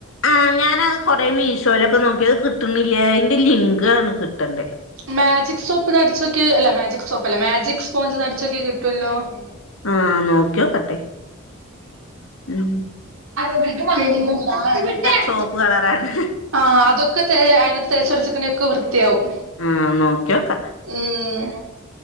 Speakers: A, on the left; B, on the right.
A: ആഹ് ഞാനത് കൊറേ മീശോലൊക്കെ നോക്കി അത് കിട്ട്ണില്ല അയ്ന്റെ ലിങ്കാണ് കിട്ടണ്ട്
B: മാജിക് സോപ്പ്ന്നടിച്ചോക്കെ അല്ല മാജിക് സോപ്പ് അല്ല മാജിക് സ്പോഞ്ചന്ന് അടിച്ചോക്കേ കിട്ടൊല്ലോ ആഹ്
A: ആ നോക്കിയോക്കട്ടെ ഉം
B: പിന്നേ
A: സോപ്പ് കളറാണ്
B: ആഹ് അതൊക്കെ തേ <unintelligible> തേച്ചൊരച്ച്ക്ണേ ഒക്കെ വൃത്തിയാവും
A: ആഹ് നോക്കിയൊക്ക
B: ഉം